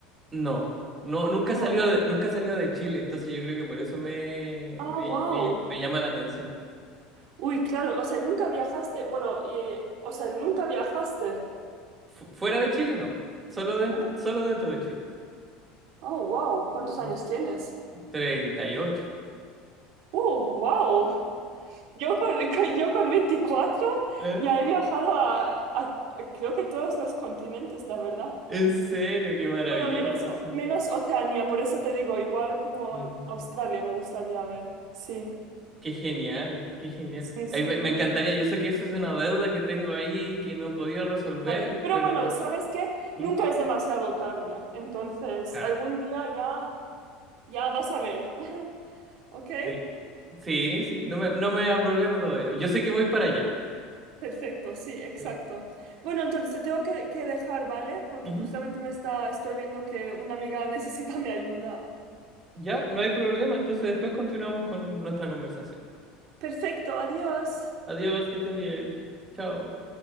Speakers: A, on the right (about 20°); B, on the right (about 60°).
A: no, no, nunca
B: No.
A: salió de, nunca salió de Chile. Entonces yo creo que por eso me,
B: Ah,
A: me,
B: wow.
A: me- me llama la atención.
B: Uy, claro, o sea, nunca viajaste, bueno, eh, o sea, nunca viajaste.
A: Fu- fuera de Chile, no. Solo, den-
B: Ah,
A: solo dentro de Chile.
B: oh, wow, ¿cuántos
A: Mm.
B: años tienes?
A: 38.
B: Uh, wow. Yo con, <laughs> con- yo con 24
A: ¿Eh?
B: ya he viajado a, a- a creo que todos los continentes, la verdad.
A: En serio, qué maravilloso.
B: Bueno, menos, menos Oceanía, por eso te digo, igual como
A: Mm.
B: Australia me gustaría ver. Sí,
A: Qué genial, qué genial.
B: sí, sí.
A: Ay, me, me encantaría, yo sé que eso es una deuda que tengo ahí que no he podido resolver,
B: Vale. Pero
A: pero...
B: bueno, ¿sabes qué?
A: ¿Mm?
B: Nunca es demasiado tarde, entonces
A: Claro.
B: algún día ya, ya vas a ver. <laughs> ¿Ok?
A: Sí, sí, sí, no me, no me da problema todavía. Yo sé que voy para allá.
B: Perfecto, sí, exacto.
A: Sí.
B: Bueno, entonces te tengo que, que dejar, ¿vale? Porque
A: Ujú.
B: justamente me está, estoy viendo que una amiga <laughs> necesita mi ayuda.
A: Ya, no hay problema, entonces después continuamos con nuestra conversación.
B: Perfecto, adiós.
A: Adiós, que estés bien. Chao.